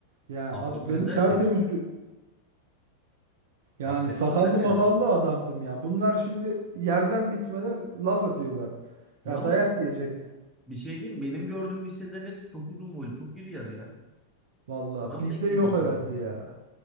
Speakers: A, on the right (about 55°); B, in the centre.
A: Ya
B: Affetmezler
A: ad- beni tertemizdi.
B: ki.
A: Yani
B: Affetmezler
A: sakallı
B: yani.
A: makallı adamdım ya. Bunlar şimdi yerden bitmeler laf atıyorlar.
B: Yalnız
A: Ya dayak yiyecek.
B: bir şey diyeyim mi? Benim gördüğüm liselerin hepsi çok uzun boylu, çok iri yarı ya.
A: Vallahi
B: Sana mı
A: bizde
B: denk
A: yok
B: geliyor
A: herhalde
B: acaba?
A: ya.